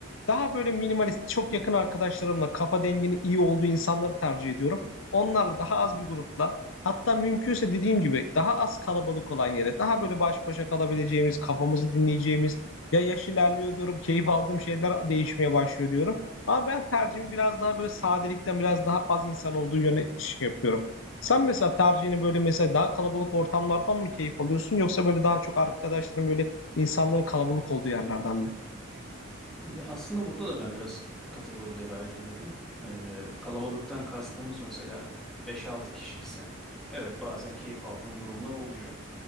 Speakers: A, on the left; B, in the centre.
A: daha böyle minimalist, çok yakın arkadaşlarımla, kafa denginin iyi olduğu insanları tercih ediyorum. Onlarla daha az bir grupla, hatta mümkünse dediğim gibi daha az kalabalık olan yere, daha böyle baş başa kalabileceğimiz, kafamızı dinleyeceğimiz, ya yaş ilerliyor diyorum, keyif aldığım şeyler değişmeye başlıyor diyorum. Ama ben tercihimi biraz daha böyle sadelikten biraz daha az insan olduğu yöne iş yapıyorum. Sen mesela tercihini böyle mesela daha kalabalık ortamlardan mı keyif alıyorsun yoksa böyle daha çok arkadaşların böyle insanların kalabalık olduğu yerlerden mi?
B: Ya aslında burada da ben biraz kategorilere ayrılıyorum. Ee, kalabalıktan kastımız mesela beş-altı kişi ise evet bazen keyif aldığım durumlar oluyor.